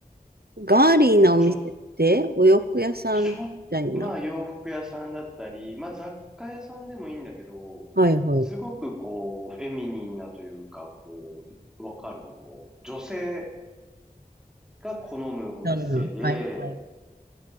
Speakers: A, on the right; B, in the centre.
A: ガーリーなお店って、
B: ちょっ
A: お洋服屋さんみたいな。
B: ちょっ、まあ洋服屋さんだったり、まあ雑貨屋さんでもいいんだけど、
A: はいはい。
B: すごくこう、フェミニンなというか、こう、わかる、こう、女性が好むお店で、
A: 旦那。はいはい。